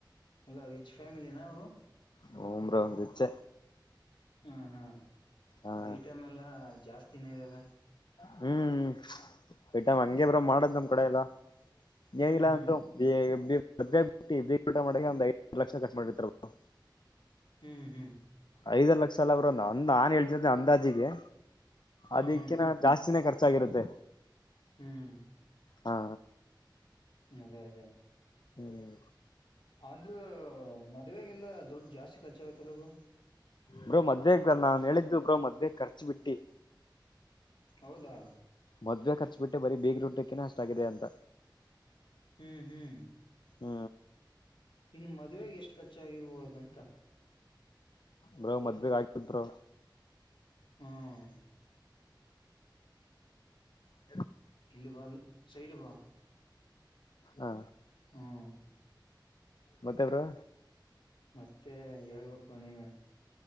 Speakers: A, on the left; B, on the left.
A: ಅಲ ರಿಚ್ ಫ್ಯಾಮಿಲಿ ನ ಅವರು.
B: ಹ್ಮ ಬ್ರೋ ರಿಚ್ಚೆ.
A: ಹ್ಮ್ ಹ್ಮ್
B: ಹಾ
A: ಐಟಮ್ ಎಲ್ಲ ಜಾಸ್ತಿನೆ ಇದಾವೆ.
B: ಹ್ಮ್ ಬಿಟ್ಟ ಹಂಗೆ ಬ್ರೋ ಮಾಡದ್ ನಮ್ ಕಡೆ ಎಲ್ಲ.
A: ಹ್ಮ್
B: ಎನಿಲ್ಲಾ
A: ಹ್ಮ್
B: ಅಂದ್ರು ಬ್ <unintelligible> ದೇ ಬಿಟ್ಟ ಬೀಗರೂಟ ಮಾಡಕ್ಕೆ ಒಂದ್ ಐದ್ ಲಕ್ಷ ಖರ್ಚ್ ಮಾಡಿರ್ತಾರ ಬ್ರೋ.
A: ಹ್ಮ್ ಹ್ಮ್
B: ಐದರ್ ಲಕ್ಷ ಅಲ ಬ್ರೋ ಒಂದ್ ಅಂದ್ ನಾನ್ ಹೇಳ್ತಿರೋದೆ ಅಂದಾಜಿಗೆ
A: ಹ್ಮ್
B: ಅದಿಕ್ಕಿನ
A: ಹ್ಮ್ ಹ್ಮ್
B: ಜಾಸ್ತಿನೇ ಕರ್ಚ್ <unintelligible> ಚ್ಚಾಗಿರುತ್ತೆ.
A: ಹ್ಮ್
B: ಹಾ
A: ಅದೇ ಅದೇ
B: ಹ್ಮ್
A: ಆದ್ರು. ಹೊ ಮದವೆಗೆಲ್ಲ ದುಡ್ ಜಾಸ್ತಿ ಖರ್ಚಾಗುತ್ತಲ್ಲವಾ ಬ್ರೋ.
B: ಬ್ರೋ ಮದ್ವೆ ನಾನು ಹೇಳಿದ್ದು ಬ್ರೋ ಮದ್ವೆ ಖರ್ಚು ಬಿಟ್ಟಿ.
A: ಹೌದಾ
B: ಮದುವೆ ಖರ್ಚು ಬಿಟ್ಟೆ ಬರೀ ಬೀಗರ ಊಟಕ್ಕೆ ಅಷ್ಟಾಗಿದೆ ಅಂತ.
A: ಹ್ಮ್ ಹ್ಮ್
B: ಹ್ಮ್
A: ಇನ್ನು ಮದ್ವೆಗೆ ಎಷ್ಟು ಖರ್ಚಾಗಿರ್ಬಹದಂತ.
B: ಬ್ರೋ ಮದ್ಬಗ್ ಆಗತ್ ಬ್ರೋ.
A: ಹ್ಮ್
B: <inaudible>
A: ಇಲಿ ಬಲ್ ಸೈಡ್ಗಿ ಬಾ.
B: ಹಾ
A: ಹ್ಮ್
B: ಮತ್ತೆ ಬ್ರೋ
A: ಮತ್ತೆ ಹೇಳ್ಬೇಕು ನೀವೇ.